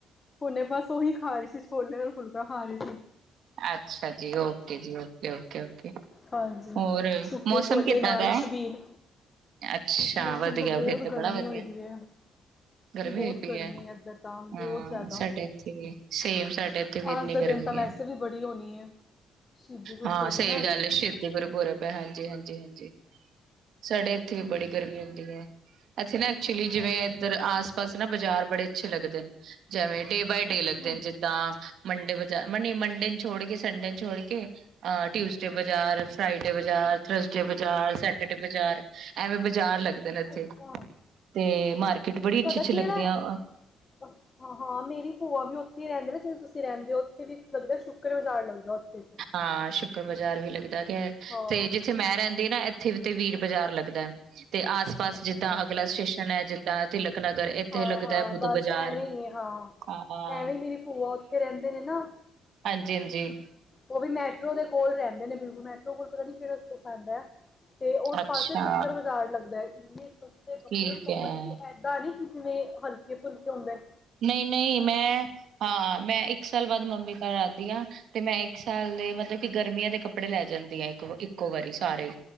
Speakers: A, on the left; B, on the right.
A: ਹੁਣੇੇ ਬਸ ਉਹੀ ਖਾ ਰਹੀ ਸੀ ਛੋਲੇ ਨਾਲ ਫੁਲਕਾ ਖਾ ਰਹੀ ਸੀ।
B: ਅੱਛਾ ਜੀ ਓਕੇ ਜੀ ਓਕੇ ਓਕੇ ਓਕੇ।
A: ਹਾਂਜੀ
B: ਹੋਰ
A: ਸੁੱਕੇ
B: ਮੌਸਮ
A: ਛੋਲੇ
B: ਕਿੱਦਾਂ
A: ਨਾਲ
B: ਦਾ?
A: ਛਬੀਲ
B: ਅੱਛਾ
A: ਮੌਸਮ
B: ਵਧੀਆ
A: ਤਾਂ ਬਹੁਤ
B: ਫਿਰ ਤੇ
A: ਗਰਮੀ
B: ਬੜਾ ਵਧੀਆ।
A: ਹੋਈ ਦੀ ਹੈ।
B: ਗਰਮੀ
A: ਬਹੁਤ
B: ਹੋਈ ਪਈ
A: ਗਰਮੀ
B: ਹੈ
A: ਇੱਧਰ ਤਾਂ ਬਹੁਤ
B: ਹਾਂ
A: ਜ਼ਿਆਦਾ
B: ਸਾਡੇ ਇੱਥੇ ਸੇਮ ਸਾਡੇੇ ਵੀ ਇੰਨੀ
A: ਅੱਜ ਦੇ
B: ਗਰਮੀ
A: ਦਿਨ ਤਾਂ ਵੈਸੇ
B: ਹੈ।
A: ਵੀ ਬੜੀ ਹੋਣੀ ਹੈ। ਸ਼ਹੀਦੀ ਗੁਰਪੁਰਬ
B: ਹਾਂ ਸਹੀ
A: ਹੈ ਨਾ ਅੱਜ
B: ਗੱਲ ਏ ਸ਼ਹੀਦੀ ਗੁਰੂ ਪੁਰਬ। ਪੈਂਣਜੀ ਹਾਂਜੀ-ਹਾਂਜੀ-ਹਾਂਜੀ ਸਾਡੇ ਐੱਥੇ ਵੀ ਬੜੀ ਗਰਮੀ ਹੁੰਦੀ ਐ। ਇੱਥੇ ਨਾ
A: ਅੱਛਾ,
B: ਐਕਚੁਲੀ ਜਿਵੇਂ ਇੱਧਰ ਆਸ-ਪਾਸ ਨਾ ਬਜ਼ਾਰ ਬੜੇ ਅੱਛੇ ਲੱਗਦੇ ਨੇ। ਜਿਵੇਂ ਡੇ ਬਾਏ ਡੇ
A: ਅੱਛਾ।
B: ਲੱਗਦੇ ਨੇ ਜਿੱਦਾਂ ਮੰਡੇ ਬਾਜ਼ਾਰ ਨੀ ਮੰਡੇ ਨੀ ਛੋੜ ਕੇ ਸੰਡੇ ਛੋੜ ਕੇ ਟਿਊਸਡੇ ਬਜਾਰ ਫਰਾਈਡੇ ਬਾਜ਼ਾਰ ਥਰਜ਼ਡੇ ਬਾਜ਼ਾਰ ਸੈਟਰਡੇ ਬਾਜ਼ਾਰ ਐਵੇਂ ਬਜ਼ਾਰ ਲੱਗ ਦੇ ਨੇ ਐਥੇ
A: ਅੱਛਾ-ਅੱਛਾ,
B: ਤੇ ਮਾਰਕੀਟ ਬੜੀ
A: ਤੁਹਾਡਾ
B: ਅੱਛੀ-ਅੱਛੀ
A: ਕਿਹੜਾ
B: ਲੱਗਦੀਆ।
A: ਅੱਛਾ ਹਾਂ ਮੇਰੀ ਪੂਆ ਵੀ ਓ ਓਥੇ ਰੈਂਦੇ ਨਾ ਜਿਥੇ ਤੁਸੀਂ ਰੈੰਦੇ ਔ ਉੱਥੇ ਵੀ ਲੱਗਦਾ ਸ਼ੁਕਰੁਬਜ਼ਾਰ ਲੱਗਦਾ ਓਥੇ
B: ਹਾਂ ਸ਼ੁਕਰ ਬਾਜ਼ਾਰ ਵੀ ਲੱਗਦਾ ਗਯਾ
A: ਹਾਂ,
B: ਤੇ ਜਿੱਥ ਥੇ ਮੈਂ ਰੈੰਦੀ ਆ ਨਾ ਇੱਥੇ ਵੀ ਤੇ ਵੀਰ ਬਾਜ਼ਾਰ ਲੱਗਦਾ ਤੇ ਆਸ-ਪਾਸ
A: ਅੱਛਾ
B: ਜਿੱਦਾਂ ਅਗਲਾ ਸਟੇਸ਼ਨ ਐ ਜ ਤਾਂ ਤਿਲਕ ਨਗਰ ਇੱਥੇ
A: ਹਾਂ-ਹਾਂ
B: ਲੱਗਦਾ ਐ ਬੁੱਧ
A: ਬਸ
B: ਬਾਜ਼ਾਰ।
A: ਐਵੇਂ ਹੀ ਹੈ ਹਾਂ।
B: ਹਾਂ
A: ਐਵੇਂ ਮੇਰੀ ਪੂਆ ਓੱਥੇ ਰੈੰਦੇ ਨੇ ਨਾ
B: ਹਾਂਜੀ-ਹਾਂਜੀ।
A: ਓ ਵੀ ਮੈਟਰੋ ਦੇ ਕੋਲ ਰੈੰਦੇ ਨੇ ਬਿਲਕੁਲ ਮੈਟਰੋ ਕੋਲ ਪਤਾ ਨੀ ਕੇੜਾ ਸਟੇ ਪੈਂਦਾ ਤੇ ਓਸ
B: ਅੱਛਾ
A: ਪਾਸੇ ਸ਼ੁੱਕਰ ਬਾਜ਼ਾਰ ਲਗਦਾ ਇੰਨੇ ਸਸਤੇ ਕੱਪੜੇ
B: ਠੀਕ
A: ਕਪੜੇ
B: ਹੈ
A: ਵੀ ਐਦਾਂ ਨੀ ਜਿਵੇਂ ਹਲਕੇ-ਫੁਲਕੇ ਹੁੰਦੇ ਨ।
B: ਨਈ-ਨਈ ਮੈਂ ਹਾਂ ਮੈਂ ਇੱਕ ਸਾਲ ਬਾਅਦ ਮੰਮੀ ਘਰ ਆਂਦੀ ਆਂ ਤੇ ਮੈਂ ਇੱਕ ਸਾਲ ਦੇ ਮਤਲਬ ਕਿ ਗਰਮੀਆਂ ਦੇ ਕੱਪੜੇ ਲੈ ਜਾਂਦੀ ਆਾਂ ਇੱਕ ਇੱਕੋ ਵਾਰੀ ਸਾਰੇ।